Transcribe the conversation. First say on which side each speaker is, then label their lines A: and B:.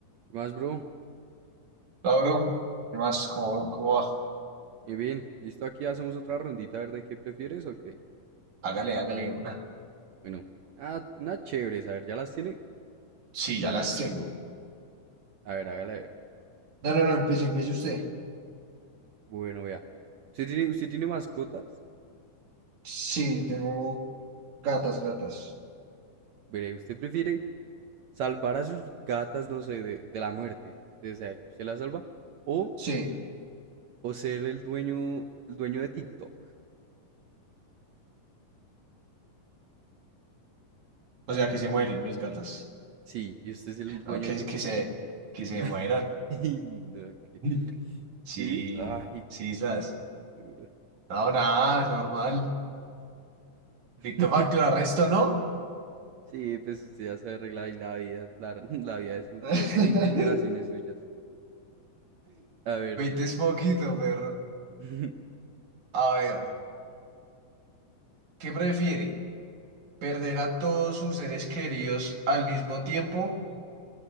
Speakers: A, on the right; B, on the right.
A: ¿Qué más, bro?
B: Hola, bro. ¿Qué más? ¿Cómo, cómo va?
A: Muy bien, listo, aquí hacemos otra rondita a ver de qué prefieres o qué.
B: Hágale, hágale una.
A: Bueno, nada una chévere, a ver, ¿ya las tiene?
B: Sí, ya las tengo.
A: A ver, hágala a ver.
B: No, no, no, empiece, empiece usted.
A: Bueno, vea. ¿Usted tiene, usted tiene mascotas?
B: Sí, tengo gatas, gatas.
A: Veré, ¿usted prefiere salvar a sus gatas, no sé, de, de la muerte? Usted sea que usted las salva. O,
B: Sí,
A: o ser el dueño, el dueño de TikTok.
B: O sea, que se mueren mis gatas.
A: Sí, y usted es el dueño
B: No, que,
A: de TikTok.
B: que se, que se
A: <laughs>
B: mueran.
A: Y no, que-
B: <laughs> Sí,
A: Sí, ay,
B: sí, esas.
A: qué duro.
B: No, nada, normal.
A: <laughs>
B: Dicto facto arresto ¿no?
A: Sí, pues usted ya se arregla ahí la vida, la, <laughs> la vida de, su,
B: <laughs>
A: de 20 generaciones suyas. A ver.
B: 20 es poquito, perro.
A: <laughs>
B: A ver, ¿qué prefiere? ¿Perder a todos sus seres queridos al mismo tiempo